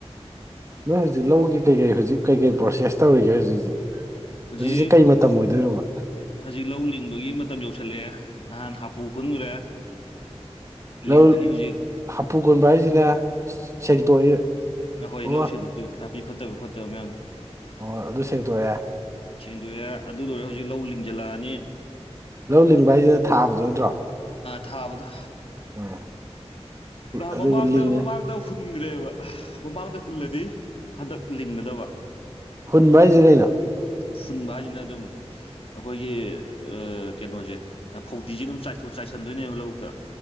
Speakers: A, on the right (about 25°); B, on the left (about 55°).
A: ꯅꯣꯏ ꯍꯧꯖꯤꯛ ꯂꯧꯒꯤ ꯀꯩꯀꯔꯤ ꯍꯧꯖꯤꯛ ꯀꯩꯀꯔꯤ ꯄ꯭ꯔꯣꯁꯦꯁ ꯇꯧꯔꯤꯒꯦ ꯍꯧꯖꯤꯛꯖꯤꯛ
B: ꯍꯧꯖꯤꯛ
A: ꯍꯧꯖꯤꯛꯁꯦ ꯀꯩ ꯃꯇꯝ ꯑꯣꯏꯗꯣꯏꯅꯣꯕ
B: ꯍꯧꯖꯤꯛ ꯂꯧ ꯂꯤꯡꯕꯒꯤ ꯃꯇꯝ ꯌꯧꯁꯤꯜꯂꯛꯑꯦ ꯅꯍꯥꯟ ꯍꯥꯄꯨ ꯈꯨꯟꯈ꯭ꯔꯦ ꯂꯤꯡꯉꯅꯤ
A: ꯂꯧ
B: ꯍꯧꯖꯤꯛ
A: ꯍꯥꯐꯨ ꯀꯣꯟꯕ ꯍꯥꯏꯁꯤꯅ ꯁꯦꯡꯇꯣꯛꯏ
B: ꯅ ꯍꯣꯏ
A: ꯑꯣ
B: ꯂꯧꯁꯤꯡꯗꯁꯨ ꯅꯥꯄꯤ ꯐꯠꯇꯕ ꯈꯣꯠꯇꯕ ꯃꯌꯥꯝ
A: ꯑꯣ ꯑꯗꯨ ꯁꯦꯡꯇꯣꯛꯑꯦ
B: ꯁꯦꯡꯗꯣꯛꯑꯦ ꯑꯗꯨ ꯂꯣꯏꯔꯦ ꯍꯧꯖꯤꯛ ꯂꯧ ꯂꯤꯡꯖꯜꯂꯛꯑꯅꯤ
A: ꯂꯧ ꯂꯤꯡꯕ ꯍꯥꯏꯁꯤꯅ ꯊꯥꯕꯗꯨ ꯅꯠꯇ꯭ꯔꯣ
B: ꯊꯥꯕꯗꯣ
A: ꯎꯝ
B: ꯅꯍ
A: ꯑꯗꯨꯒ
B: ꯃꯃꯥꯡꯗ
A: ꯂꯤꯡꯉꯦ
B: ꯃꯃꯥꯡꯗ ꯍꯨꯟꯈ꯭ꯔꯦꯕ ꯃꯃꯥꯡꯗ ꯍꯨꯜꯂꯗꯤ ꯍꯟꯗꯛ ꯂꯤꯡꯒꯗꯕ
A: ꯍꯨꯟꯕ ꯍꯥꯏꯁꯦ ꯀꯩꯅꯣ
B: ꯐꯟꯕꯖꯤꯅ ꯑꯗꯨꯝ ꯑꯩꯈꯣꯏꯒꯤ ꯀꯩꯅꯣꯁꯦ ꯐꯧꯗꯤꯁꯦ ꯑꯗꯨꯝ ꯆꯥꯏꯁꯤꯟꯗꯣꯏꯅꯦꯕ ꯂꯧꯕꯨꯛꯇ